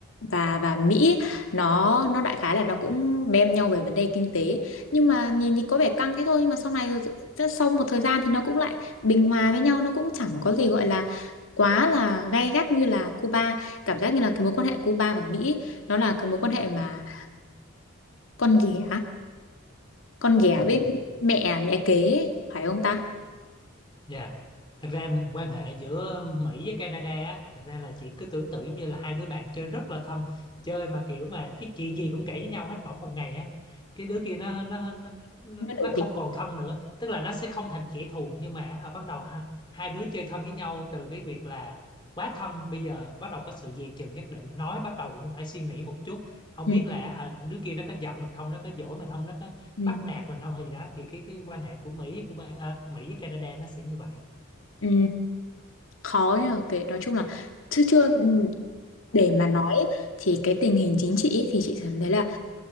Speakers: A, on the left (about 70°); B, on the left (about 20°).
A: và và Mỹ ấy, nó nó đại khái là nó cũng bem nhau về vấn đề kinh tế. Nhưng mà nhìn thì có vẻ căng thế thôi nhưng mà sau này rồi s- sau một thời gian thì nó cũng lại bình hòa với nhau, nó cũng chẳng có gì gọi là quá là gay gắt như là Cuba. Cảm giác như là cái mối quan hệ Cuba và Mỹ nó là cái mối quan hệ mà con ghẻ con ghẻ
B: <laughs>
A: với mẹ mẹ kế ấy, phải không ta
B: Yeah. thật ra quan hệ giữa Mỹ với Canada á, thật ra là chị cứ tưởng tượng giống như là hai đứa bạn chơi rất là thân chơi mà kiểu mà cái chuyện gì cũng kể với nhau hết bỗng một ngày á cái đứa kia nó nó nó
A: nó
B: nó
A: nổi
B: không
A: tiếng
B: còn thân nữa tức là nó sẽ không thành kẻ thù nhưng mà á, bắt đầu ha, hai đứa chơi thân với nhau từ cái việc là quá thân bây giờ bắt đầu có sự dè chừng nhất định nói bắt đầu cũng phải suy nghĩ một chút không
A: ừ,
B: biết là hả, đứa kia nó có giận mình không nó có dỗi mình không nó có
A: ừ,
B: bắt nạt mình không hay gì đó thì cái cái quan hệ của Mỹ của ba- à, Mỹ với Canada nó sẽ như vậy
A: ừ, khó nhờ kể nói chung là chứ chưa ừ, để mà nói ấy, thì cái tình hình chính trị ấy, thì chị cảm thấy là